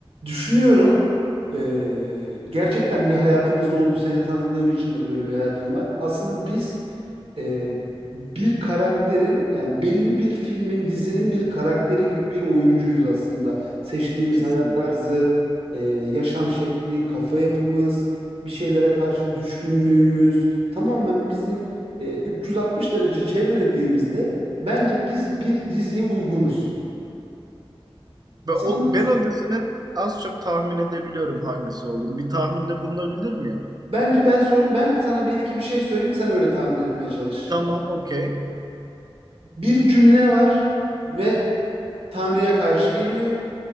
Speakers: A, on the right; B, on the right.
A: Düşünüyorum. Ee, gerçekten bir hayatımızda oldu. Seni tanıdığım için de böyle bir hayatım var. Aslında biz e, bir karakterin yani belli bir filmin, dizinin bir karakteri gibi bir oyuncuyuz aslında. Seçtiğimiz
B: Kesinlikle.
A: hayat tarzı, e, yaşam şekli, kafa yapımız, bir şeylere karşı düşkünlüğümüz tamamen bizim e, 360 derece çevrelediğimizde bence biz bir diziye uygunuz.
B: Ve
A: Sen
B: o,
A: ne
B: ben o dizinin az çok tahmin edebiliyorum hangisi olduğunu. Bir tahminde bulunabilir miyim?
A: Bence ben soru ben sana bir iki bir şey söyleyeyim sen öyle tahmin etmeye çalış.
B: Tamam, okey.
A: Bir cümle var ve Tanrı'ya karşı geliyor